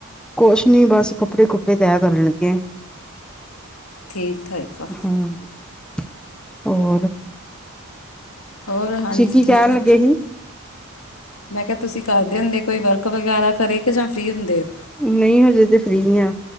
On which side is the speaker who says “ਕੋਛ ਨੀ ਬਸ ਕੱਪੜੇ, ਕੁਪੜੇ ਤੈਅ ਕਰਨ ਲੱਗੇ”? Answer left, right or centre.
Centre